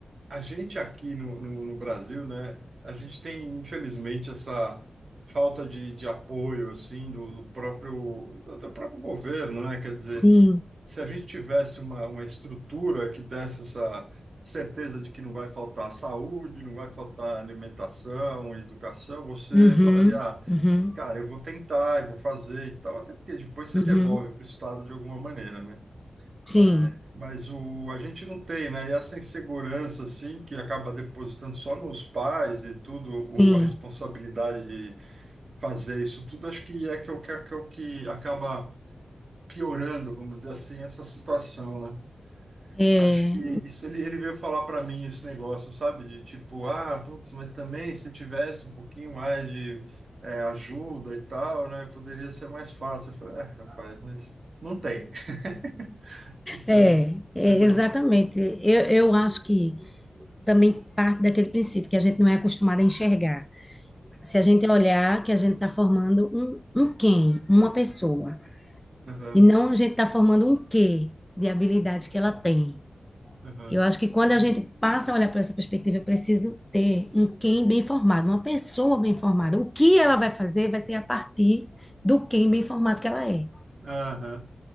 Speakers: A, on the right; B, in the centre.
A: a gente aqui no, no, no Brasil, né? A gente tem, infelizmente, essa falta de, de apoio, assim, do, do próprio, do, do próprio governo, né? Quer dizer,
B: sim,
A: se a gente tivesse uma, uma estrutura que desse essa certeza de que não vai faltar saúde, não vai faltar alimentação, educação, você
B: uhum,
A: falaria. "Ah,
B: uhum,
A: Cara, eu vou tentar, eu vou fazer e tal, até porque depois você
B: uhum,
A: devolve para o Estado de alguma maneira, né? Mas,
B: sim,
A: mas o, a gente não tem, né? E essa insegurança, assim, que acaba depositando só nos pais e tudo,
B: sim,
A: o, a responsabilidade de fazer isso tudo, acho que é que é o que, é que, é o que acaba piorando, vamos dizer assim, essa situação, né?
B: é,
A: Acho que isso ele, ele veio falar para mim esse negócio, sabe? De tipo, ah, putz, mas também se tivesse um pouquinho mais de é, ajuda e tal, né? Poderia ser mais fácil. Eu falei, é, rapaz, mas não tem. <laughs> Então,
B: é, é,
A: a gente vai
B: exatamente.
A: ter que.
B: Eu, eu acho que também parte daquele princípio que a gente não é acostumado a enxergar. Se a gente olhar que a gente está formando um, um quem, uma pessoa,
A: Aham,
B: e não a gente está formando um quê de habilidades que ela tem.
A: aham,
B: Eu acho que quando a gente passa a olhar para essa perspectiva, eu preciso ter um quem bem formado, uma pessoa bem formada. O que ela vai fazer vai ser a partir do quem bem formado que ela é.
A: aham.